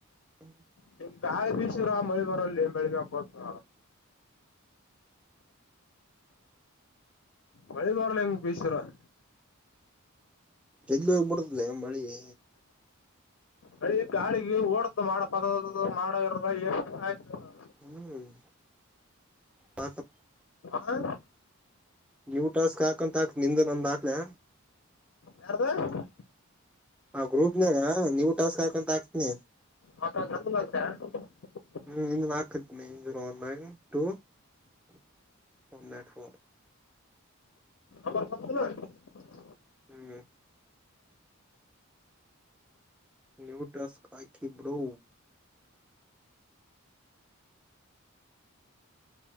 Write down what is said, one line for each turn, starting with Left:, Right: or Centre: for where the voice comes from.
Centre: <inaudible>
Left: ನಿಮ್ ಗಾಯಿ ಬೀ ಶುರು ಮಳಿ ಬರಲ್ಲಿ ಬೆಳಗ್ಗೆ ಹಾಪಸ್ <inaudible> ಒಳಿ ಬಾರ ಹೆಂಗ್ ಬೇಸರ <inaudible>
Centre: ಎಲ್ಲಿ ಹೋಗ್ಬಿಡ್ದಲ್ಲ ಮಳಿ <inaudible>
Left: ಅಳಿ ಗಾಳಿಗೆ ಓಡ್ದ ಮಾಡ ಪದ ಮಾಡ ಇರ ಏ ಆಯ್ತು <inaudible>
Centre: ಹ್ಮ್ <inaudible>
Left: ಹಾ <inaudible>
Centre: ನೀವು ಟಾಸ್ಕ್ ಹಾಕಂತ ಹಾಕ್ ನಿಂದು ನಂದಾಕ್ಲೆ <inaudible>
Left: ಯಾರ್ದ <inaudible>
Centre: ಆ ಗ್ರೂಪ್ನಾನ ನೀವ ಟಾಸ್ಕ್ ಹಾಕಂತ ಹಾಕ್ತೀನಿ <inaudible>
Left: ಮತ್ತ ಅಂತ <inaudible>
Centre: ಹ್ಮ್ ಇನ್ನು ಹಾಕತ್ನ ಇ ಲೈನ್ ಟೂ <inaudible> ಒನ್ನೆಟ್ <inaudible>
Left: ಆಾರ ಕೊತನಾ <inaudible>
Centre: ಹ್ಮ್ <inaudible> ನ್ಯೂಟಸ್ಕ್ ಹಾಕಿ ಬಿಡುೋ